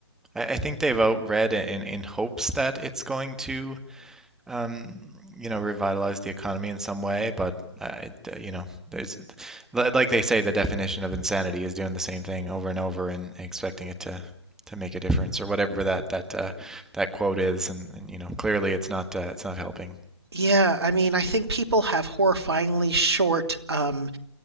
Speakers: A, in the centre; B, on the right.
A: I, I think they've outread it in in hopes that it's going to um, you know, revitalize the economy in some way, but I, uh, you know, there's like they say, the definition of insanity is doing the same thing over and over and expecting it to to make a difference or whatever that that uh, that quote is, and, and you know, clearly it's not uh, it's not helping.
B: Yeah, I mean, I think people have horrifyingly short, um,